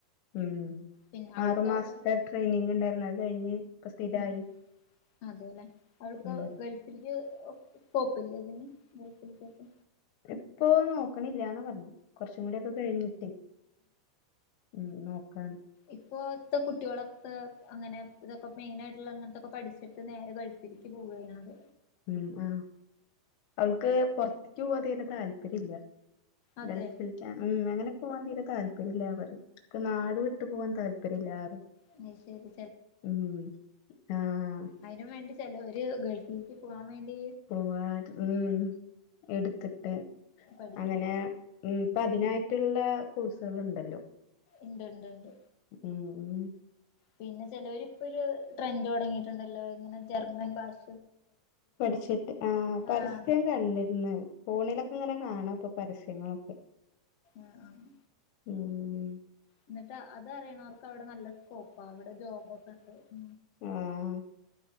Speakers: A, on the left; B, on the left.
A: ഉ ഉം
B: പിന്നെ അവൾക്ക്
A: ആറു
B: കൊഴപ്പം
A: മാസത്തെ ട്രെയിനിങ് ഉണ്ടായിരുന്നു അത് കഴിഞ്ഞ് ഇപ്പ സ്ഥിരായി
B: ഉ അതെല്ലെ അവൾക്ക്
A: ഉം
B: ഗൾഫ ശക്ക് കൊപ്പില്ല ഇതിന് വക്കക്കെ
A: ഇപ്പൊ നോക്കണില്ലന്ന പറഞ്ഞു കൊറച്ചും കൂടി ഒക്കെ കഴിഞ്ഞിട്ടേ ഉം നോക്കാൻ
B: ഇപ്പോൊത്തെ കുട്ടികളൊക്കെ അങ്ങനെ ഇതൊക്കെ മെയിന ആയിട്ടുള്ള അങ്ങനത്തെൊക്കെ പഠിച്ചിട്ട് നേരെ കഴിച്ചു തിരിക്ക് പോവുകയാണത്
A: ഉ ആഹ അവൾക്ക് പുൊറത്തേക്ക് പോവാതേെ താല്പര്യം ഇില്ല
B: അതെ
A: ഗൾഫ ഉം അങ്ങനെക്കെ പോകവാൻ തീരെ താല്പര്യം ഇല്ല പററ് നാട് വിട്ട് പോവാൻ താല്പര്യമല്ലറ്
B: അത് ശരി
A: ഉ ആഹ
B: അതിനു വേണ്ടി ചിലരു ഗൾഫിലേക്ക് പോകാൻ വേണ്ടി
A: പോവ ഉം എടുത്തിട്ട്
B: പഠിക്കും
A: അങ്ങനെ ഉം ഇപ്പ അതിനായിട്ടുള്ള കോഴ്സുകൾ ഉണ്ടല്ലോ
B: ഇണ്ട്ണ്ട്ണ്ട്
A: ഉം
B: പിന്നെ ചിലവർ ഇപ്പൊ ഒരു ട്രെൻഡ് തുടങ്ങിയിട്ടുണ്ടല്ലോ ഇങ്ങനെ ജർമ്മൻ ഭാഷ
A: പഠിച്ചിട്ട് ആ പരസ്യം
B: ആഹ്
A: കണ്ടിരുന്നു ഫോണിലൊക്കെ ഇങ്ങനെ കാണാം ഇപ്പൊ പരസ്യങ്ങളൊക്കെ
B: ആഹ് ആഹ്
A: ഉം
B: എന്നിട്ട് അത് അറിയണവർക്ക് അവിടെ നല്ല സ്കോപ്പാ അവിടെ ജോബൊക്കെ ഉണ്ട്
A: ഉം